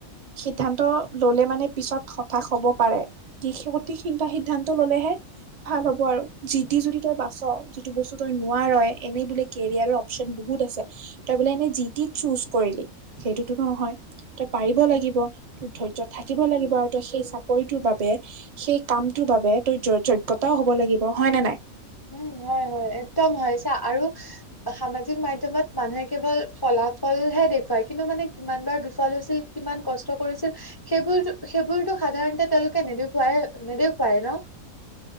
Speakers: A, on the right; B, on the left.
A: সিদ্ধান্ত ল'লে মানে পিছত হতাশ হ'ব পাৰে। যি সঠিক সি সিদ্ধান্ত ললেহে। ভাল হ'ব আৰু যিটি যদি তই বাচ' যিটো বস্তু তই নোৱাৰ'ই এনেই বোলে কেৰিয়াৰক। <unintelligible> বহুত আছে তই বোলে এনেই যিতি ছোচ কৰিলি সেইটোতো নহয় তই পাৰিব
B: উম
A: লাগিব। ধৈৰ্য থাকিব লাগিব আৰু তই সেই চাকৰিটোৰ বাবে। সেই কামটোৰ বাবে তই য যোগ্যতাও হ'ব লাগিব হয় নে নাই।
B: উম' হয়, হয় একদম হয় চা আৰু। সামাজিক মাধ্যমত মানুহে কেৱল ফলাফলহে দেখুৱায় কিন্তু মানে কিমান বাৰ বিফল হৈছিল-। কিমান কষ্ট কৰিছিল। সেইবোৰ সেইবোৰতো সাধাৰণতে তেওঁলোকে নেদেখুৱাই নেদেখুৱাই ন'।